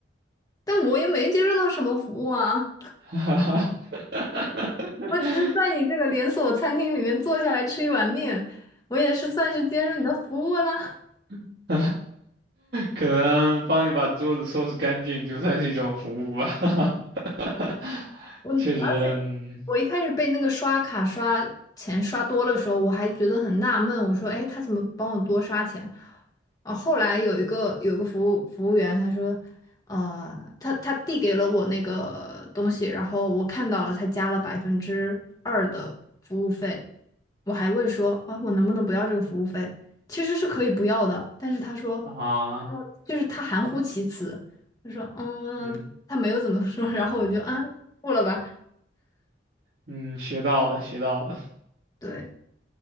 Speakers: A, on the left; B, on the right.
A: 但我也没接受到什么服务啊，
B: <laughs>
A: 我只是在你这个连锁餐厅里面坐下来吃一碗面，我也是算是接受你的服务啦。
B: <laughs> 可能帮你把桌子收拾干净，就算是一种服务吧。<laughs>
A: <laughs> 我。而且。
B: 确实，嗯
A: 我一开始被那个刷卡刷钱刷多的时候，我还觉得很纳闷，我说：“哎，他怎么帮我多刷钱？”啊，后来有一个有个服务服务员，他说：“呃，他他递给了我那个东西，然后我看到了，他加了百分之二的服务费。”我还问说：“啊，我能不能不要这个服务费？”其实是可以不要的，但是他说，
B: 啊，
A: 嗯就是他含糊其辞，他说：“嗯，
B: 嗯
A: 他没有怎么说。”然后我就啊，付了吧，
B: 嗯，学到了，学到了，
A: 对。